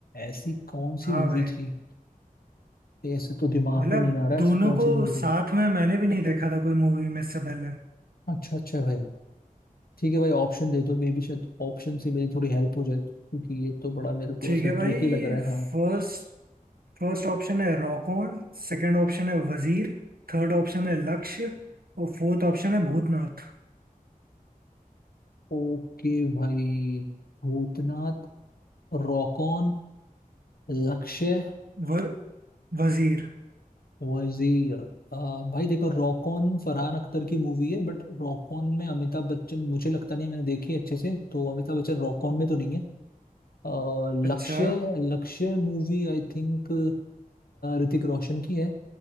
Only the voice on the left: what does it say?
ऐसी कौन सी
मूवी
थी ऐसे तो दिमाग
में नहीं आ रहा ऐसी
कौन
सी मूवी
थी
अच्छा अच्छा भाई ठीक है भाई ऑप्शन दे दो मे बी शायद ऑप्शन से मेरी थोड़ी हेल्प हो जाए क्योंकि ये तो बड़ा मेरे को
ऐसा
ट्रिकी लग रहा है हाँ
ओके भाई भूतनाथ रॉकॉन लक्ष्य
वजीर आ, भाई देखो रॉकॉन फरहान अख्तर की मूवी है बट रॉकॉन में अमिताभ बच्चन मुझे लगता नहीं मैंने देखी है अच्छे से तो अमिताभ बच्चन रॉकॉन में तो नहीं है आ,
Lakshya Lakshya movie I think Hrithik Roshan की है